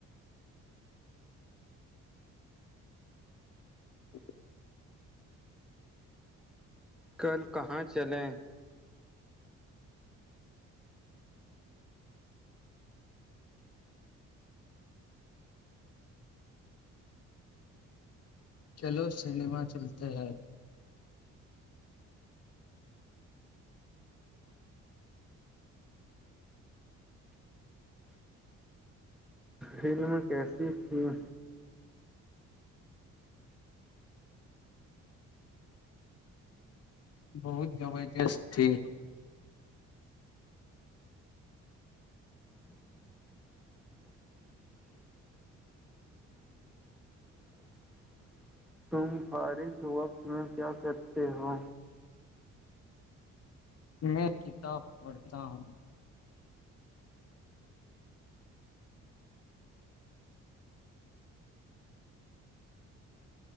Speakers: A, on the left; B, in the centre.
A: <unintelligible>
B: کل کہاں چلیں
A: چلو سنیما چلتے ہیں
B: فلم کیسی تھیں
A: بہت زبردست تھی
B: <unintelligible> <unintelligible> تم فارغ وقت میں کیا کرکتے ہو
A: میں کتاب پڑھتا ہوں